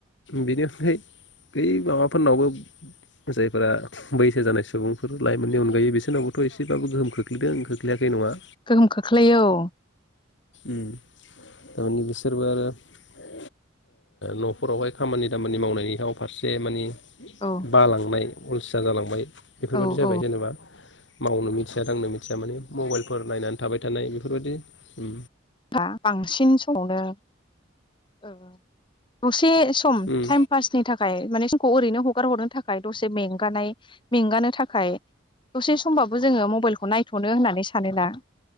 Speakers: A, on the left; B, on the left.
A: बेनि अनगायै बै माबाफोरनावबो जायफोरा बैसो जानाय सु सुबुंफोर लाइमोननि अनगायै बिसोरनावबोथ' एसेबाबो गोहोम खोख्लैदों खोख्लैयै नङा
B: गोहोम खोख्लैयो औ
A: उम थारमानि बिसोरबो आरो ओ न'फोरावहाय खामानि दामानि मावनायनि हाव फारसे माने
B: औ
A: बालांनाय अलसिया जालांबाय बेफोरबायदि
B: औ
A: जाबाय
B: औ
A: जेनबा मावनो मो थिया दांनो मिथिया माने मबाइलफोर नायनानै थाबाय थानाय बेफोरबायदि उम
B: दा बांसिन समावनो ओ दसे सम
A: उम
B: टाइम पासनि थाखाय माने खौ ओरैनो हगार हरनो थाखाय दसे मेंगानाय मेंगानो थाखाय दसे समबाबो जोङो मबाइलखौ नायथ'नो होननानै सानोना